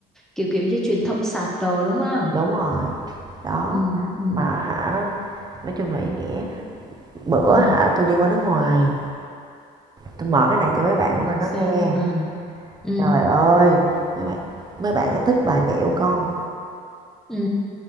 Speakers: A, in the centre; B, on the right (about 25°).
A: kiểu kiểu như truyền thông sạch đồ đúng không
B: đúng rồi đó
A: ừ ừ
B: mà hả nói chung là ý nghĩa bữa
A: ừ
B: hả tôi đi qua nước ngoài tôi mở cái này cho mấy bạn
A: là
B: ở bên đó
A: sao
B: nghe
A: à ừ
B: trời ơi mấy bạn mấy bạn có thích bài mẹo con
A: ừ